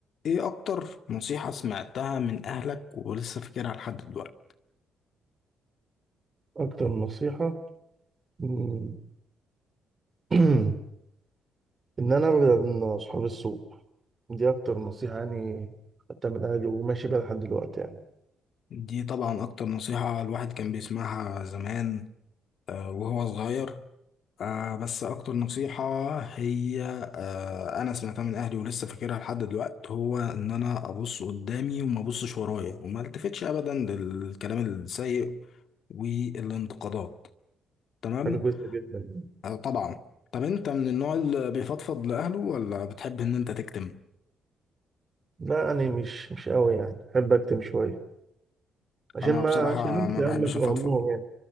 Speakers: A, on the left; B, on the right.
A: إيه أكتر نصيحة سمعتها من أهلك ولسه فاكرها لحد دلوقتي؟
B: اكتر نصيحة مم، <clears throat> ان انا ابعد عن صحاب السوء دي اكتر نصيحة يعني خدتها من اهلي وماشي بيها لحد دلوقتي يعني
A: دي طبعا أكتر نصيحة الواحد كان بيسمعها زمان آه، وهو صغير آه، بس أكتر نصيحة هي آه، أنا سمعتها من أهلي ولسه فاكرها لحد دلوقتي هو إن أنا أبص قدامي وما أبصش ورايا وما التفتش أبدا للكلام السيء والانتقادات تمام
B: حاجة كويسة جدا
A: آه، طبعا طب أنت من النوع اللي بيفضفض لأهله ولا بتحب إن أنت تكتم؟
B: لا يعني مش مش قوي يعني احب اكتم شوية عشان
A: أنا
B: ما
A: بصراحة
B: اشيلهمش
A: ما
B: هم
A: بحبش
B: في
A: أفضفض
B: همهم يعني